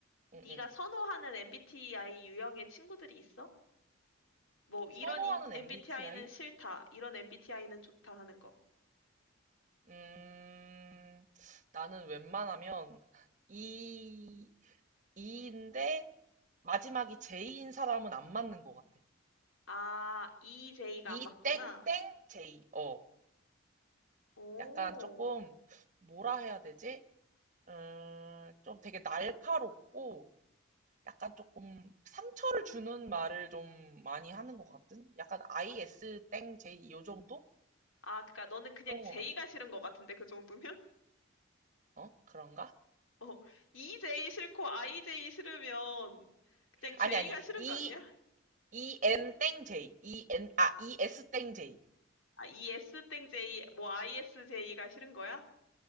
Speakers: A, on the right; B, on the left.
A: 응,
B: 네가
A: 응.
B: 선호하는 MBTI 유형의 친구들이 있어? 뭐, 이런
A: 선호하는
B: MBTI는
A: MBTI?
B: 싫다, 이런 MBTI는 좋다 하는 거.
A: 음, 나는 웬만하면 E, E인데 마지막이 J인 사람은 안 맞는 것 같아.
B: 아, EJ가
A: E
B: 안 맞구나.
A: 땡땡 J. 어.
B: 오.
A: 약간 조금 뭐라 해야 되지? 음, 좀 되게 날카롭고 약간 조금 상처를 주는 말을 좀 많이 하는 것 같은? 약간 IS 땡 J 요 정도?
B: 아, 그니까 너는 그냥
A: 그런
B: J가
A: 것 같아.
B: 싫은 것 같은데, 그 정도면?
A: 어? 그런가?
B: <laughs> 어, EJ 싫고 IJ 싫으면 그냥 J가
A: 아니 아니
B: 싫은
A: E
B: 거 아니야?
A: E N 땡 J E N 아 E S 땡 J
B: 아, ES 땡 J, 뭐 ISJ가 싫은 거야?